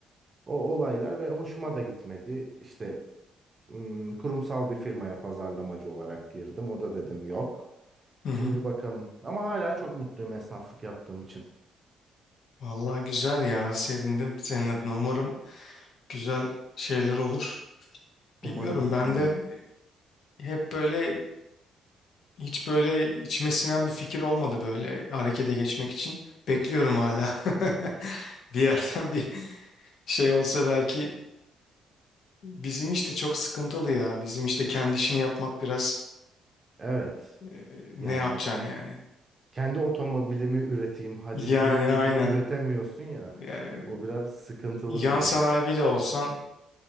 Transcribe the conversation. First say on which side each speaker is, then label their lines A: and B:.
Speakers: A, on the right (about 30°); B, on the left (about 65°).
A: O olaylar ve hoşuma da gitmedi. İşte ım, kurumsal bir firmaya pazarlamacı olarak girdim. O da dedim yok.
B: Hı hı.
A: Şimdi bakalım. Ama hala çok mutluyum esnaflık yaptığım için.
B: Vallahi güzel ya sevindim senin adına umarım güzel şeyler olur.
A: Umarım,
B: Bilmiyorum ben
A: umarım.
B: de Hep böyle hiç böyle içime sinen bir fikir olmadı böyle harekete geçmek için. Bekliyorum hala. <laughs> Bir yerden bir şey olsa belki bizim işte çok sıkıntılı ya. Bizim işte kendi işini yapmak biraz
A: Evet.
B: e, ne
A: Yani
B: yapacaksın yani?
A: kendi otomobilimi üreteyim hadi
B: Yani
A: deyip gidip
B: aynen.
A: üretemiyorsun ya.
B: Yani
A: O biraz sıkıntılı
B: yan
A: bir durum.
B: sanayi bile olsan